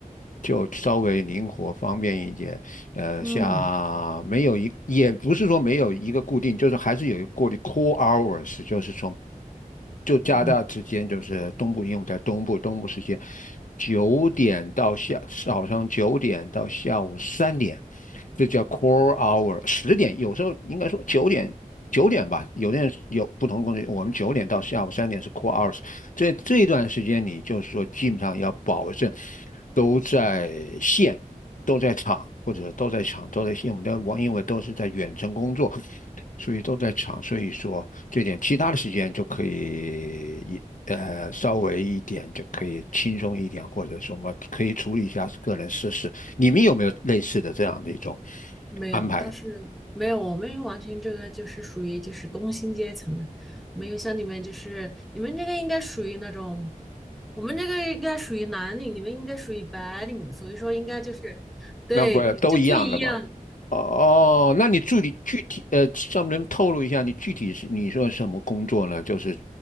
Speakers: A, on the left (about 65°); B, in the centre.
A: 就稍微灵活方便一点。呃，
B: 嗯
A: 像没有一也不是说没有一个固定，就是还是有一个固定 core hours，就是从。就加拿大之间，
B: 嗯，
A: 就是东部，因为我们在东部，东部时间九点到下早上九点到下午三点，这叫 core hour。十点有时候应该说九点九点吧，有的人有不同的公司，我们九点到下午三点是 core hours。这这一段时间，你就是说基本上要保证都在线，都在场。或者都在场，都在线，我们的网因为都是在远程工作，所以都在场，所以说这点其他的时间就可以一呃稍微一点就可以轻松一点，或者说嘛可以处理一下个人私事。你们有没有类似的这样的一种
B: 没有，
A: 安排？
B: 倒是没有。我们完全这个就是属于就是工薪阶层的，没有像你们就是你们这个应该属于那种，我们这个应该属于蓝领，你们应该属于白领，所以说应该就是对就不一样。
A: 那不都一样的吧？哦，那你具体具体呃，上面能透露一下你具体是你说什么工作呢？就是